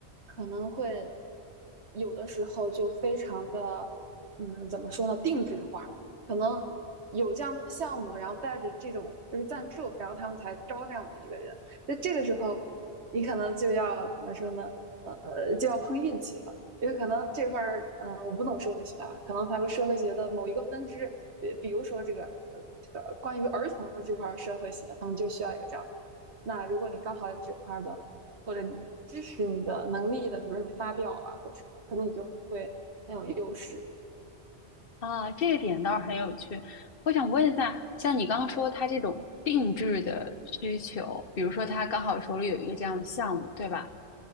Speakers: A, on the right; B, on the left.
A: 可能会有的时候就非常的，嗯，怎么说呢，定制化，可能有这样的项目，然后带着这种就是赞助，然后他们才招这样的一个人。那这个时候，你可能就要怎么说呢？呃，呃就要碰运气了。因为可能这块儿，嗯、呃我不懂社会学啊，可能它有社会学的某一个分支，比比如说这个，呃，这个关于儿童的这块社会学，他们就需要一个这样。那如果你刚好有这块的，或者你支持你的能力的，比如你发表啊或者什么，可能你就会很有优势。
B: 啊，这个点倒是很有趣。我想问一下，像你刚刚说他这种定制的需求，比如说他刚好手里有一个这样的项目，对吧？